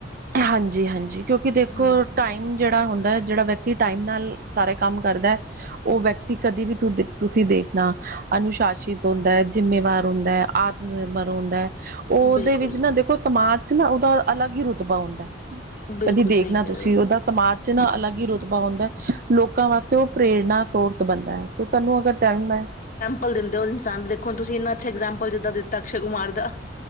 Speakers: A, on the right; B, on the left.
A: ਹਾਂਜੀ ਹਾਂਜੀ, ਕਿਉਂਕਿ ਦੇਖੋ
B: ਹਮ
A: ਟਾਈਮ ਜਿਹੜਾ ਹੁੰਦਾ ਸਾਰਾ ਕੰਮ ਕਰਦਾ ਔ ਵਿਅਕਤੀ ਕਦੇ ਵੀ ਤੁ ਤੁਸੀਂ ਦੇਖਣਾ ਅਨੁਸ਼ਾਸਿਤ ਜ਼ਿੰਮੇਵਾਰ ਹੁੰਦਾ ਆਤਮ ਨਿਰਭਰ ਰੁੰ ਔ
B: ਬਿਲਕੁਲ
A: ਔਦੇ ਵਿੱਚ ਨਾ ਦੇਖੋ ਸਮਾਜ ਚ ਨਾ ਔਦਾ ਅਲੱਗ ਹੀ ਰੁਤਬਾ ਹੁੰਦਾ।
B: ਬਿਲਕੁਲ
A: ਕਦੀ ਦੇਖਣਾ
B: ਸਹੀ ਕਹਿ
A: ਤੁਸੀਂ
B: ਰਹੇ ਹੋ
A: ਔਦਾ ਸਮਾਜ ਚ ਨਾ ਅਲੱਗ ਹੀ ਰੁ ਬਾ ਹੁੰਦਾ ਲੋਕਾਂ ਵਾਸਤੇ ਔ ਪ੍ਰੇਰਨਾ ਸੋਤ ਬਣਦਾ ਐ ਤੇ ਸਾਨੂੰ ਅਗਰ <unintelligible>
B: ਬੋਲ ਦਿੰਦੇ ਹੋ ਇਨਸਾਨ ਦੇਖੋ ਤੁਸੀਂ ਇੰਨਾ ਅੱਛਾ ਇਗਜਾਮਪਲ ਜਿੱਦਾਂ ਦਿੱਤਾ ਅਕਸ਼ੈ ਕੁਮਾਰ ਦਾ।